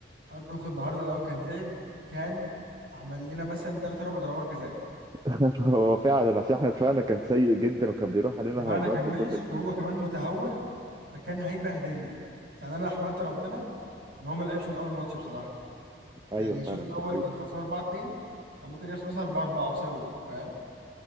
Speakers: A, on the right; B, on the right.
A: اروخو النهارده لو كان لعب كان عمل لنا مثلا ثلاث اربع ضربات جزاء
B: <laughs> هو فعلا عشان احنا دفاعنا كان سيء جدا وكان بيروح علينا
A: دفاعنا
B: هجمات
A: كان وحش
B: مرتده كتير
A: وهو كمان متهور فكان هيبهدلنا يعني انا احمدت ربنا ان هو ما لعبش من اول ماتش بصراحه
B: ايوه
A: يعني
B: فعلا
A: الشوط الاول
B: دي حقيقه
A: كان خسران 4 2 كان ممكن يخلص 4 4 بسببه فاهم